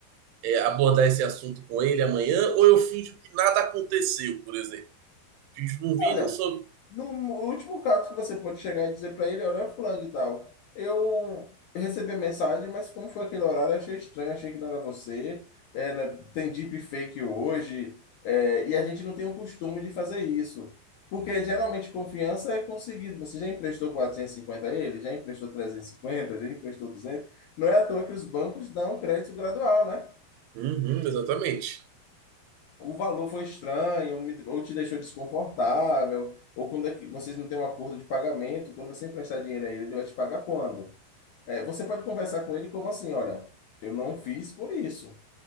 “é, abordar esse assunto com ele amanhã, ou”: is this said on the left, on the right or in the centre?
Right